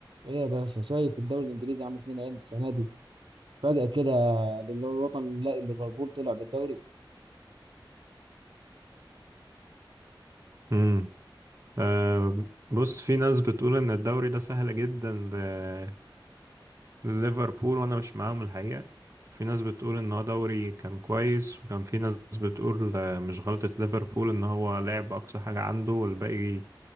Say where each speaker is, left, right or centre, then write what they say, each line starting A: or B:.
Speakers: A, on the right; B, on the right.
A: ايه يا باشا شايف الدوري الانجليزي عامل فينا ايه السنه دي فجاه كده للوطن نلاقي ليفربول طلع بالدوري
B: امم أه بص في ناس بتقول ان الدوري ده سهل جدا ل- لليفربول وانا مش معاهم الحقيقة في ناس بتقول ان هو دوري كان كويس وكان في ناس بتقول آه، مش غلطة ليفربول ان هو لعب اقصى حاجة عنده والباقي